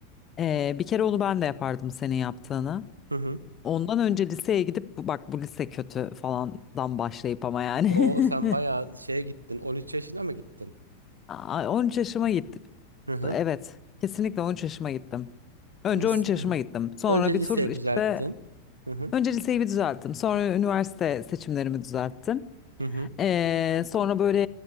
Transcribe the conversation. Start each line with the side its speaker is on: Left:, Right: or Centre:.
Left: Ee, bir kere onu ben de yapardım senin yaptığını.
Right: Hı hı.
Left: Ondan önce liseye gidip "Bu- bak bu lise kötü falandan başlayıp ama yani.
Right: Oo sen
Left: <laughs>
Right: bayağı şeye gittin. 13 yaşına mı gittin?
Left: Aa, 13 yaşıma gittim.
Right: Hı hı.
Left: Evet, kesinlikle 13 yaşıma gittim. Önce
Right: Lis-
Left: on üç yaşıma gittim. Sonra
Right: Önce
Left: bir
Right: liseyi
Left: tur işte
Right: düzelttin. Hı hı.
Left: önce liseyi bir düzelttim. Sonra üniversite seçimlerimi düzelttim.
Right: Hı hı.
Left: Ee, sonra böyle